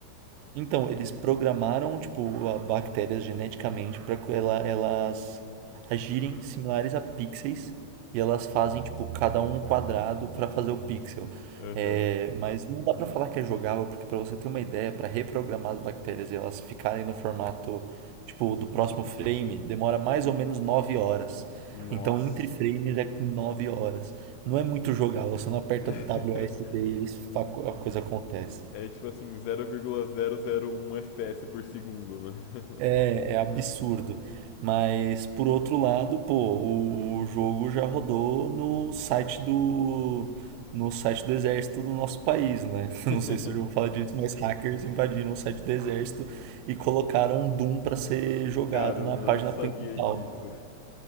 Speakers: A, on the right; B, on the left.
A: Então, eles programaram, tipo, a bactérias geneticamente para que ela, elas agirem similares a pixels e elas fazem, tipo, cada um um quadrado para fazer o pixel.
B: <laughs> Aham.
A: É, mas não dá para falar que é jogável, porque para você ter uma ideia, para reprogramar as bactérias e elas ficarem no formato, tipo, do próximo frame, demora mais ou menos 9 horas.
B: Nossa.
A: Então, entre frames é 9 horas. Não é muito jogável, você não aperta
B: <laughs>
A: W, WASD e eles, fa- a coisa acontece.
B: É tipo assim, 0,001 FPS por segundo, né?
A: é absurdo. Mas, por outro lado, pô, o, o jogo já rodou no site do, no site do exército do nosso país, né? <laughs> Não
B: <laughs>
A: sei se eu já vou falar disso, mas hackers invadiram o site do exército e colocaram um Doom para ser jogado
B: Cara, eu
A: na
B: não
A: página
B: sabia
A: principal.
B: disso.